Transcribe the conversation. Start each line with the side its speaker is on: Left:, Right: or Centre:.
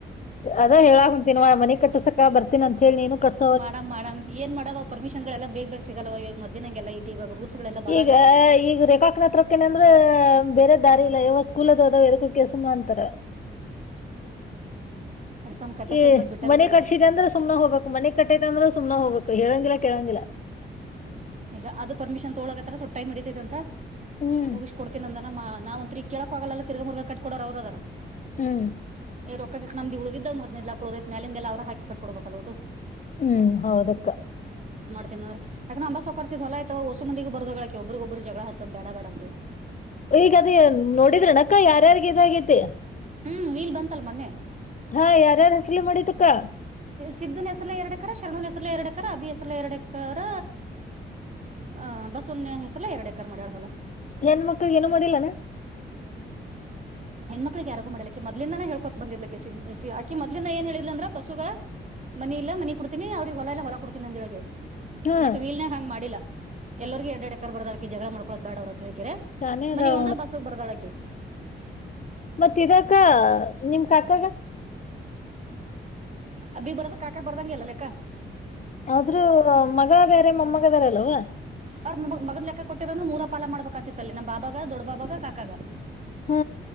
Left: ಅದ ಹೇಳಾಗ್ಂತೀವ ಆ ಮನೆ ಕಟ್ಟಸಕ ಬರ್ತಿನಿ ಅಂತ ಹೇಳಿ ನೀನು ಕಟ್ಟ
Right: ಮಾಡಮ್ ಮಾಡಮ್ ಏನ್ ಮಾಡ್ ಪರ್ಮಿಷನ್ ಎಲ್ಲ ಬೇ ಬೇ ಸಿಗಲ್ವಾಗ ಮದ್ಯಾನನ ಎಲ್ಲ ಇವಾಗ ಗಳೆಲ್ಲ ಬಾಳ
Left: ಈಗ
Right: ಆಗ್ಬಿಟ್ಟವ
Left: ಈಗ ರೇಖಾಕನತ್ರಕ್ಕೆನ ಅಂದ್ರ ಬೇರೆ ದಾರಿ ಇಲ್ಲ ಯಾವಾಗ ಸ್ಕೂಲದು ಅದ ಕುಕ್ಕೆಸುಮಾ ಅಂತರ
Right: ಕಟ್ಸಮ್ ಕಟ್ಟಸದ್ಮೇಲೆ
Left: ಏ
Right: ಬಿಟ್ಟ
Left: ಮನೆ
Right: ಬಿಡಲ್ಲಲ್ಲ
Left: ಕಟ್ಸಿದೆ ಅಂದ್ರೆ ಸುಮನೆ ಹೋಗಬೇಕಕ್ ಮನೆ ಕಟ್ಟಿದ ಅಂದ್ರೆ ಸುಮ್ ಹೋಗ್ಬೇಕು ಹೇಳಂಗಿಲ್ಲ ಕೆಳಂಗಿಲ್ಲ.
Right: ಎಲ್ಲ ಅದು ಪರ್ಮಿಷನ್ ತೋಗೋಳಾಕತ್ತರ ಸ್ವಲ್ಪ ಟೈಮ್ ಹಿಡಿತೈತಿ ಅಂತ
Left: ಹ್ಮ್
Right: ಮುಗಿಸಿ ಕೊಡ್ತೇನ ಅಂದಾನ. ನಮ್ಮ ನಾವಂತ್ತ್ರ ಕೇಳಾಕು ಆಗಲ್ಲ ತೀರ್ಗಾಮುರ್ಗ ಕಟ್ಟಿಕೊಡೋರ ಅವರ ಅದಾರ
Left: ಹ್ಮ್
Right: ಏ <inaudible> ರೊಕ್ಕಕ್ ನಮ್ದು ಉಳಿದಿದ್ದ ಹದಿನೈದು ಲಾಕ್ ಉಳದೈತಿ ಮೇಾಲಿಂದೆಲ್ಲ ಅವ್ರ ಹಾಕಿ ಕಟ್ಟಿಕೊಡಬೇಕಲ್ಲ ಓಟು
Left: ಹ್ಮ್ ಹೌದಕ್ಕ.
Right: <inaudible> ಅಕಿನ ಅಂಬಾಸಾವಕರ್ತಿದ ಹೊಲ ಆಯ್ತಿಯಲ್ ಓಸು ಮಂದಿಗ ಬರದ ಹೋಗ್ಯಾಳ ಒಬ್ಬಬ್ರ ಒಬ್ಬರು ಜಗಳ ಹಚ್ಚೋದ ಬೇಡ ಬೇಡ ಅಂತ ಹೇಳಿ.
Left: ಈಗ ಅದ ನೋಡಿದ್ರಣಕ್ಕ ಯಾರ್ಯಾರಿಗೆ ಇದ ಆಗೈತಿ.
Right: ಹ್ಮ್ ಈಗ ಬಂತಲ್ಲ ಮೊನ್ನೆ
Left: ಹಾ ಯಾರ್ಯಾರ ಹೆಸರ್ಲೆ ಮಾಡೆತಕ್ಕಾ.
Right: ಸಿದ್ದುನ ಹೆಸರ್ಲೆ ಎರಡಕ್ಕರ ಶರಣು ಹೆಸರ್ಲೆ ಎರಡಕ್ಕರ ಅಭಿ ಹೆಸರ್ಲೆ ಎರಡಕ್ಕರ ಹ ಬಸುನ ಹೆಸರ್ಲೆ ಎರಡ್ ಎಕರ ಮಾಡ್ಯಾಳ ಹೊಲ.
Left: ಹೆಣ್ಣಮಕ್ಕಳಿಗ ಏನು ಮಾಡಿಲ್ಲನ?
Right: ಹೆಣ್ಣ್ಮಕ್ಳಿಗೆ ಯಾರಿಗು ಮಾಡಿಲ್ಲ ಆಕಿ ಮೊದಲಿಂದನ ಹೇಳಕೊಂತ ಬಂದಿದ್ಲ ಆಕಿ ಸಿದ್ದ ಸೀ ಮೊದಲಿಂದ ಏನು ಹೇಳಿದ್ಲ ಅಂದ್ರ ಬಸುಗ ಮನಿ ಇಲ್ಲ ಮನಿ ಕೊಡ್ತೀನಿ ಅವ್ರಿಗೆ ಹೊಲ ಎಲ್ಲ ಹೊಲ ಕೊಡ್ತೀನಿ ಅಂದಿಲ್ ಆಕಿ
Left: ಹಾ
Right: ಬಟ್ ವೀಲ್ನಾಗ ಹಂಗ ಮಾಡಿಲ್ಲಾ. ಎಲ್ಲಾರಿಗ ಯಾಡ್ ಯಾಡ್ ಎಕರ್ ಬರ್ದಾಳಕಿ ಜಗಳ ಮಾಡ್ಕೊಲೋದ ಬೇಡ ಅವ್ರ ಅಂತ ಹೇಳಿಕ್ಯಾರ
Left: ಶಾನೆ
Right: ಮನಿ
Left: ಅದಾಳ
Right: ಒಂದ ಬಸುಗ ಬರ್ದಾಳಕಿ.
Left: ಮತ್ತ ಇದಕ್ಕ ನಿಮ್ ಕಾಕಗ
Right: ಅಭಿಗ ಬರ್ದ ಕಾಕಾಗೆ ಬರ್ದಂಗೆ ಎಲ್ಲ ಲೆಕ್ಕ.
Left: ಆದ್ರೂ ಮಗ ಬೇರೆ ಮೊಮ್ಮಗ ಬೇರೆ ಅಲ್ಲವಾ
Right: ಅವ್ರ ಮಗನ್ ಲೆಕ್ಕ ಕೊಟ್ಟಿರಅಂದ್ರ ಮೂರ ಪಾಲ ಮಾಡ್ಬೇಕಾಕ್ತಿತ್ತ ಅಲ್ಲಿ ನಮ್ ಬಾಬಾಗ ದೊಡ್ಡಾಬಾಬಾಗ ಕಾಕಾಗ -
Left: ಹ್ಮ